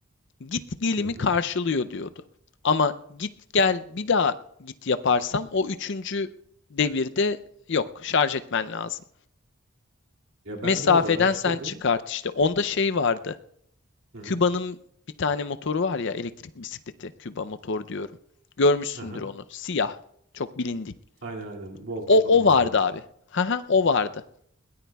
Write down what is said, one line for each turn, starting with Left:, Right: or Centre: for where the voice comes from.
Left: git gelimi
Right: Hı
Left: karşılıyor
Right: hı.
Left: diyordu. Ama git gel bir daha git yaparsam o üçüncü devirde yok şarj etmen lazım.
Right: Ya, ben
Left: Mesafeden
Right: biraz araştırdım.
Left: sen çıkart işte. Onda şey vardı.
Right: Hı hı.
Left: Küba'nın bir tane motoru var ya elektrik bisikleti. Küba motor diyorum. Görmüşsündür
Right: Hı hı.
Left: onu. Siyah. Çok bilindik.
Right: Aynen, aynen. Volta
Left: O,
Right: falan
Left: o vardı
Right: da yapıyor.
Left: abi. Haha o vardı.